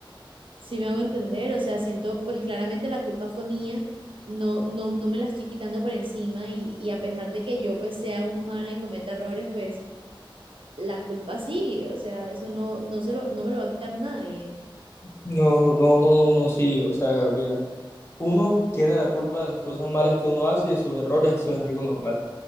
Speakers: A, on the right; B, on the left.
A: Si me hago entender, o sea, siento, pues claramente la culpa fue mía, no, no, no me la estoy quitando por encima y, y a pesar de que yo pues sea un humano y cometa errores, pues la culpa sigue, o sea, eso no, no se lo, no me lo va a quitar nadie.
B: No, no, no, no, no, sí. O sea, Gabriela, uno tiene la culpa de las cosas malas que uno hace y de sus errores, eso es algo normal.